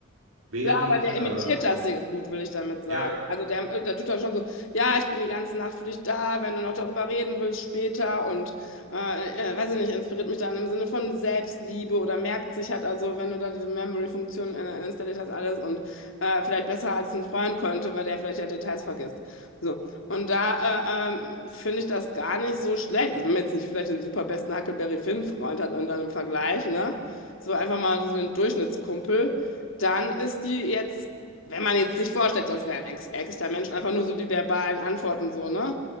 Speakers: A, on the right; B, on the left.
A: Während,
B: Klar, aber der imitiert
A: ähm,
B: das sehr gut, will ich damit sagen.
A: ja,
B: Also der, äh, der tut dann schon so, ja, ich bin die ganze Nacht für dich da, wenn du noch darüber reden willst später und äh, äh, weiß ich nicht, inspiriert mich dann im Sinne von Selbstliebe oder merkt sich halt, also wenn du da diese Memory-Funktion äh, installiert hast, alles und äh, vielleicht besser als ein Freund könnte, weil der vielleicht ja Details vergisst. So, und da äh, ähm, finde ich das gar nicht so schlecht. Also wenn man jetzt nicht vielleicht den super besten Huckleberry Finn-Freund hat und dann im Vergleich, ne? So einfach mal so den Durchschnittskumpel dann ist die jetzt, wenn man jetzt sich vorstellt, das wären ex echter Menschen, einfach nur so die verbalen Antworten so, ne?